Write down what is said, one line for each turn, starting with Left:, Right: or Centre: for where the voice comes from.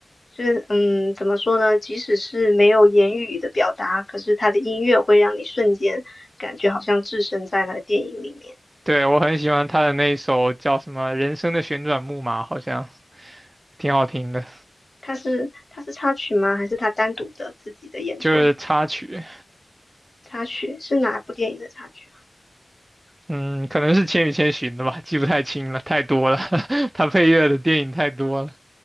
Left: 就是嗯，怎么说呢？即使是没有言语的表达，可是他的音乐会让你瞬间感觉好像置身在他的电影里面。
Right: 对，我很喜欢他的那一首叫什么《人生的旋转木马》，好像挺好听的，
Left: 他是他是插曲吗？还是他单独的自己的演奏？
Right: 就是插曲。
Left: 插曲是哪部电影的插曲？
Right: 嗯，可能是《千与千寻》的吧，记不太清了，太多了。<laughs> 他配乐的电影太多了